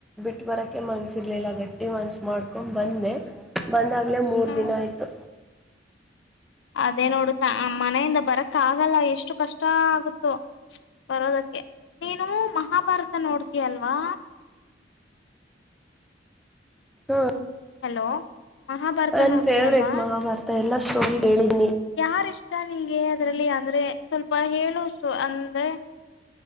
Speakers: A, in the centre; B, on the left.
A: ಟ್ ಬರಕ್ಕೆ ಮನ್ಸಿರ್ಲಿಲ್ಲ ಗಟ್ಟಿ ಮನ್ಸ ಮಾಡ್ಕೊಂಡ ಬಂದೆ. ಬಂದಾಗಲೇ ಮೂರು
B: ಹ್ಮ್
A: ದಿನ ಆಯಿತು.
B: ಅದೇ ನೋಡು ಚಾ ಹಾ ಮನೆಯಿಂದ ಬರಕ್ಕ ಆಗಲ್ಲ ಎಷ್ಟು ಕಷ್ಟ ಷ್ಟ ಆಗುತ್ತೋ ಬರೋದಕ್ಕೆ ನೀನು ಮಹಾಭಾರತ ನೋಡ್ತೀಯಲ್ವಾ.
A: ಹ್ಮ
B: ಹಲೋ ಮಹಾಭಾರತ
A: ನನ್
B: ನೋಡ್ತೀಯಲ್ವಾ
A: ಫೇವ್ರಟ್ ಮಹಾಭಾರತ ಎಲ್ಲ <unintelligible> <unintelligible>
B: ಯಾರ್ ಇಷ್ಟ ನಿಂಗೆ ಅದರಲ್ಲಿ ಅಂದ್ರೆ ಸ್ವಲ್ಪ ಹೇಳುವಷ್ಟು ಅಂದ್ರೆ